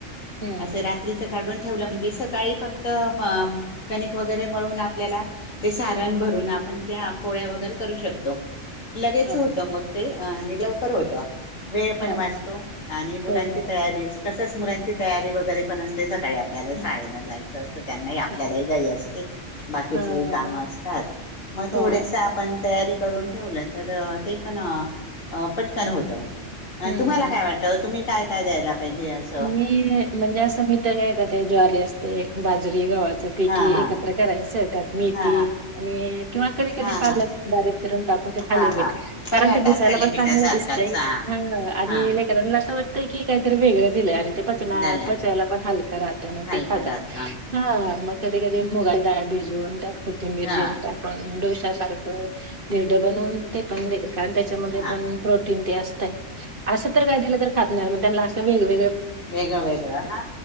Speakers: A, on the right; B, on the left.
A: हं.
B: आस रात्रीच काडून ठेवल म्हणजे सकाळी फक्त प प कणिक वगैरे मळून आपल्याला ते सारण भरून, आपण त्या पोळ्या वैगरे करू शकतो. लगेचं
A: हां,
B: होतं
A: हां.
B: मग ते अ आणि लवकर होत वेळ पण
A: हां,
B: वाच
A: हां.
B: आणि मुलांची
A: हो ना.
B: तयारीस तसच मुलांची तयारी वगैरे पण असते. स काही आपल्याला
A: हं.
B: शाळेला जायच असत, त्यांनाही आपल्यालाही
A: हां,
B: घाई असते, बाकीचे
A: हां.
B: काम असतात, मग थोडस
A: हो ना.
B: आपण. तयारी करून ठेवलं तर ते पण पटकन होत.
A: हं.
B: तुम्हाला काय वाटतं तुम्ही. काय काय द्यायला. पाहिजे असं
A: मी म्हणजे असं मी तर काय करते ज्वारी असते. ते एक बाजरी गव्हाच. च पीठ
B: हा
A: एकत्र
B: हा
A: करायचं त्यात मेथी
B: हा
A: आणि किंवा कधी-कधी
B: हा
A: पालक
B: हा
A: बारीक चिरून टाकून ते थालिपिट
B: हा हा
A: कारण
B: पराठा
A: ते दिसायला
B: थालीपीठा
A: पण चांगलं
B: सारखाच
A: दिसतय, हा आणि
B: हा
A: लेकरांना आस वा. ते काय तर वेगंळ. दिल्या. ते पचना
B: झाल्या
A: पचायला पण हलकं राहतय मग
B: हलकं
A: ते खातात,
B: राहत
A: हा. कधी-कधी मुगाचीडाळ भिजवून त्यात. कोथंबीर,
B: हा
A: जिरे टाकून ढोशा ढोश्या सारखं धिरड बनवून ते पण दिल. कारण त्याच्यामध्ये
B: हा
A: पण प्रोटीन. प्रोटीन तेन असतय. असं तर काय दिलं तर खात नाही, मग त्यांना अस. चव वेगळी-वेगळी.
B: वेगळ-वेगळं हा,